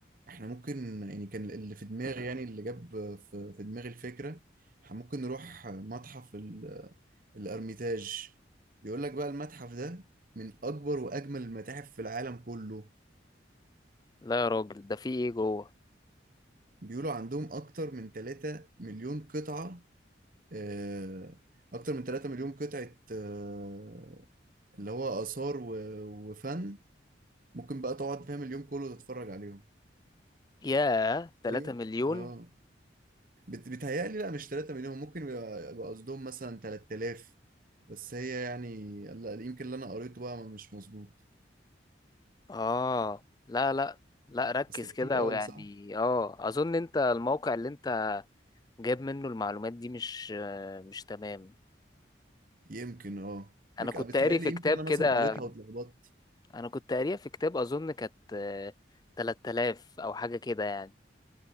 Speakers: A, on the right (about 50°); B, on the left (about 20°).
A: احنا ممكن يعني كان اللي في دماغي يعني اللي جاب في في دماغي الفكره احنا ممكن نروح متحف ال- الارميتاج بيقول لك بقى المتحف ده من اكبر واجمل المتاحف في العالم كله
B: لا يا راجل ده في ايه جوه
A: بيقولوا عندهم أكتر من 3 مليون قطعة آه، أكتر من 3 مليون قطعة آه، اللي هو آثار و- وفن ممكن بقى تقعد فاهم اليوم كله تتفرج عليهم
B: ياه 3
A: تخيل
B: مليون
A: اه بت- بيتهيألي لا مش 3 مليون ممكن يبقى يبقى قصدهم مثلا 3000 بس هي يعني لا، يمكن اللي أنا قريته بقى مش مظبوط
B: اه لا لا لا ركز
A: أصل كتير
B: كده
A: قوي
B: ويعني
A: صح؟
B: اه اظن انت الموقع اللي انت جاب منه المعلومات دي مش آه، مش تمام
A: يمكن اه يمكن
B: انا كنت
A: بتهيألي
B: قاري في كتاب
A: يمكن أنا
B: كده
A: مثلا قريتها واتلخبطت
B: انا كنت قاريها في كتاب اظن كانت آه، 3000 او حاجة كده يعني